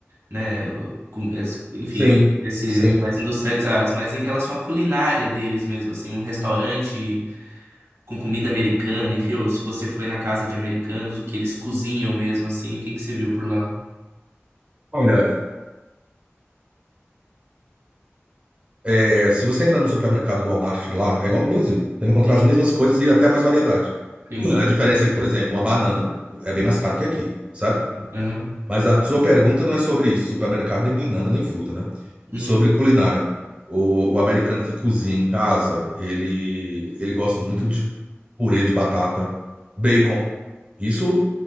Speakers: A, on the right; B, on the right.
A: né, com- es- enfim,
B: Sim,
A: esses
B: sim.
A: mais industrializados, mas em relação à culinária deles mesmo, assim, um restaurante com comida americana, enfim, ou se você foi na casa de americanos, o que eles cozinham mesmo, assim, o que que você viu por lá?
B: Olha, é, se você entrar no supermercado do Walmart lá, é igual ao do Brasil. Você vai encontrar
A: Uhum,
B: as mesmas coisas e até mais variedade.
A: sim.
B: A diferença é que, por exemplo, a banana é bem mais caro que aqui, certo?
A: Aham.
B: Mas a sua pergunta não é sobre isso. Supermercado nem banana nem fruta, né?
A: Uhum,
B: É sobre culinária. O, o americano que cozinha em casa, ele, ele gosta muito de purê de batata, bacon. Isso